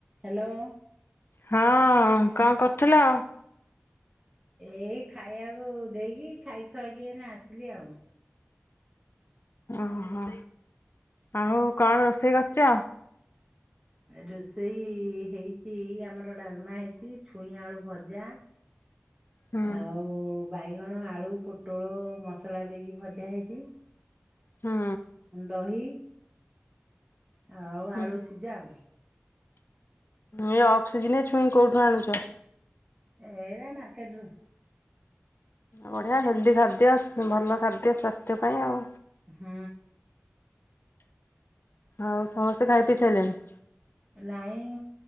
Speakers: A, on the right (about 20°); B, on the left (about 55°).
A: ହ୍ୟାଲୋ।
B: ହଁ କଣ କରୁଥିଲ?
A: ଏଇ ଖାଇବାକୁ ଦେଇକି ଖାଇ ଖୁଆଇକି ଏଇନା ଆସିଲି ଆଉ।
B: ଓହୋ ଆଉ କଣ ରୋଷେଇ କରିଚ?
A: ରୋଷେଇ ହେଇଛି ଆମର ଡାଲମା ହେଇଛି ଛୁଇଁ ଆଳୁ ଭଜା
B: ହୁଁ
A: ଆଉ ବାଇଗଣ ଆଳୁ ପୋଟଳ ମସଲା ଦେଇକି ଭଜା ହେଇଛି।
B: ହୁଁ
A: ଦହି। ଆଉ
B: ହୁଁ
A: ଆଳୁ ସିଝା ଆଉ।
B: ଇଏ ଅଫ୍ ସିଜିିନ୍ ରେ ଛୁଇଁ କୋଉଠୁ ଆଣୁଛ?
A: ଏଇ ମାର୍କେଟରୁ।
B: ବଢ଼ିଆ ହେଲ୍ଦି ଖାଦ୍ୟ ସ୍ ଭଲ ଖାଦ୍ୟ ସ୍ୱାସ୍ଥ୍ୟ ପାଇଁ ଆଉ।
A: ହୁଁ।
B: ଆଉ ସମସ୍ତେ ଖାଇ ପିଇସାରିଲେଣି?
A: ନାଇଁ